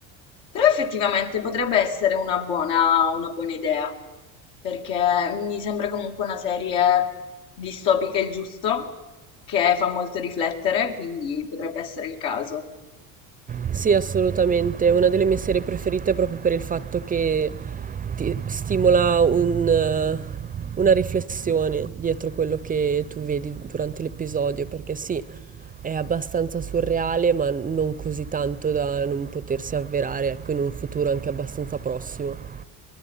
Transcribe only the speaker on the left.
Però effettivamente potrebbe essere una buona, una buona idea, perché mi sembra comunque una serie distopica il giusto, che fa molto riflettere, quindi potrebbe essere il caso.